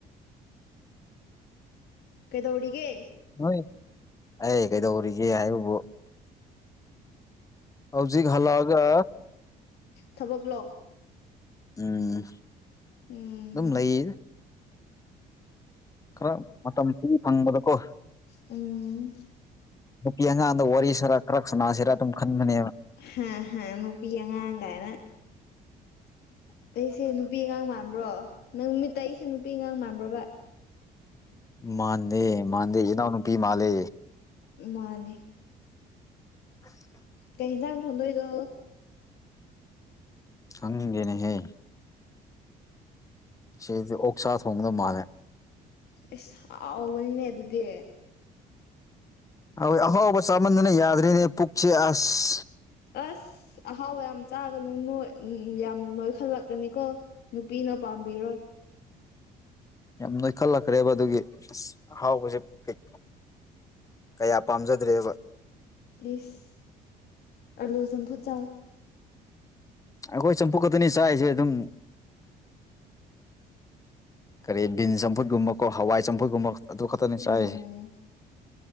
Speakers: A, on the left; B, on the left.
A: ꯀꯩꯗꯧꯔꯤꯒꯦ
B: ꯍꯣꯏ ꯑꯩ ꯀꯩꯗꯧꯔꯤꯒꯦ ꯍꯥꯏꯕꯕꯨ ꯍꯧꯖꯤꯛ ꯍꯜꯂꯛꯑꯒ
A: ꯊꯕꯛ ꯂꯣ
B: ꯎꯝ
A: ꯎꯝ
B: ꯑꯗꯨꯝ ꯂꯩꯌꯦ ꯈꯔ ꯃꯇꯝ ꯊ ꯐꯪꯕꯗꯀꯣ
A: ꯎꯝ
B: ꯅꯨꯄꯤ ꯑꯉꯥꯡꯗ ꯋꯥꯔꯤꯁꯤꯔ ꯈꯔ ꯁꯅꯥꯁꯤꯔ ꯑꯗꯨꯝ ꯈꯟꯕꯅꯦꯕ
A: ꯍꯥ ꯍ ꯅꯨꯄꯤ ꯑꯉꯥꯡ ꯀꯥꯏꯅ ꯑꯩꯁꯦ ꯅꯨꯄꯤ ꯑꯉꯥꯡ ꯃꯥꯟꯕ꯭ꯔꯣ ꯅꯪ ꯅꯨꯃꯤꯠꯇ ꯑꯩꯁꯦ ꯅꯨꯄꯤ ꯑꯉꯥꯡ ꯃꯥꯟꯕ꯭ꯔꯣꯕ
B: ꯃꯥꯟꯗꯦ ꯃꯥꯥꯟꯗꯦ ꯏꯅꯥꯎ ꯅꯨꯄꯤ ꯃꯥꯂꯦ
A: ꯃꯥꯅꯦ
B: <unintelligible>
A: ꯀꯩ ꯍꯤꯟꯖꯥꯡ ꯊꯣꯟꯗꯣꯏꯅꯣ
B: ꯈꯪꯗꯦꯅꯦꯍꯦ ꯁꯤꯗꯤ ꯑꯣꯛꯁꯥ ꯊꯣꯡꯕꯗꯣ ꯃꯥꯂꯦ
A: ꯏꯁ ꯍꯥꯎꯕꯅꯤꯅꯦ ꯑꯗꯨꯗꯤ
B: ꯍꯣꯏ ꯑꯍꯥꯎꯕ ꯆꯥꯃꯟꯗꯅ ꯌꯥꯗ꯭ꯔꯤꯅꯦ ꯄꯨꯛꯁꯦ ꯑꯁ
A: ꯑꯁ ꯑꯍꯥꯎꯕ ꯌꯥꯝ ꯆꯥꯒꯅꯨ ꯅꯣꯏ ꯌꯥꯝ ꯅꯣꯏꯈꯠꯂꯛꯀꯅꯤꯀꯣ ꯅꯨꯄꯤꯅ ꯄꯥꯝꯕꯤꯔꯣꯏ
B: ꯌꯥꯝ ꯅꯣꯏꯈꯠꯂꯛꯈ꯭ꯔꯦꯕ ꯑꯗꯨꯒꯤ ꯑꯁ ꯑꯍꯥꯎꯕꯁꯦ ꯀꯩ ꯀꯌꯥ ꯄꯥꯝꯖꯗ꯭ꯔꯦꯕ
A: ꯏꯁ ꯑꯂꯨ ꯆꯝꯐꯨꯠ ꯆꯥꯎ
B: ꯑꯩꯈꯣꯏ ꯆꯝꯐꯨ ꯈꯛꯇꯅꯤ ꯆꯥꯛꯔꯤꯁꯦ ꯑꯗꯨꯝ ꯀꯔꯤ ꯕꯤꯟ ꯆꯝꯐꯨꯠꯀꯨꯝꯕꯀꯣ ꯍꯋꯥꯏ ꯆꯝꯐꯨꯠꯀꯨꯝꯕ ꯑꯗꯨ ꯈꯠꯇꯅꯤ ꯆꯥꯏꯖꯤ
A: ꯎꯝ